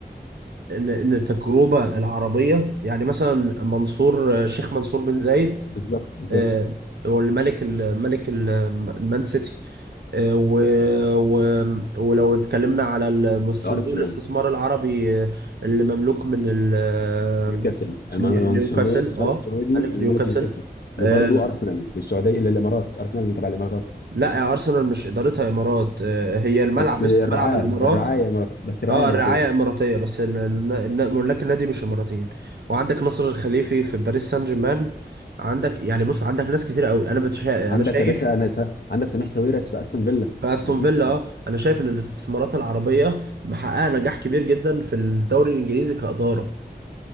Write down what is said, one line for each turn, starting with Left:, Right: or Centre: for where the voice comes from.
Right: ان ان التجربه العربيه يعني مثلا منصور آه، شيخ منصور بن زايد
Left: بالظبط بالظبط
Right: آه، هو اللي ملك ال- ملك ال- المان سيتي آه، و... و... ولو اتكلمنا على الم- صندوق
Left: ارسنال
Right: الاستثمار العربي آه، اللي مملوك من ال... آه،
Left: نيوكاسل المانويل
Right: من نيو-
Left: الصندوق
Right: نيوكاسل
Left: الاستثمار
Right: اه
Left: السعودي
Right: ملك
Left: اللي
Right: نيوكاسل
Left: ملك نيوكاسل وبرضه
Right: آه،
Left: ارسنال من السعوديه الى الامارات ارسنال تبع الامارات
Right: لا يا ارسنال مش ادارتها امارات آه، هي الملعب
Left: بس الرعايه
Right: اسمه ملعب الامارات
Left: الرعايه امارات بس الرعايه
Right: اه
Left: اماراتيه
Right: الرعايه اماراتيه بس ال- الن- الن- ملاك النادي مش اماراتيين وعندك نصر الخليفي في باريس سان جيرمان عندك يعني بص عندك ناس كتير قوي انا بتشا...
Left: عندك
Right: انا شايف
Left: يا باشا انا س... عندك سميح ساويرس في استون فيلا
Right: فاستون
Left: نسيت
Right: فيلا اه انا شايف ان الاستثمارات العربيه محققه نجاح كبير جدا في الدوري الانجليزي كاداره